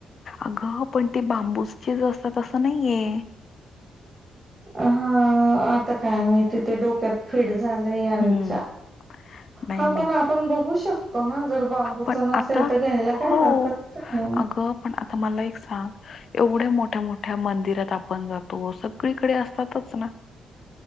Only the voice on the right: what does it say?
हा आता काय माहिती ते डोक्यात फिट झालं यांच्या
हा
पण आपण बघू शकतो ना जर बांबूच
नसेल
तर घ्यायला काय
हरकत नाही.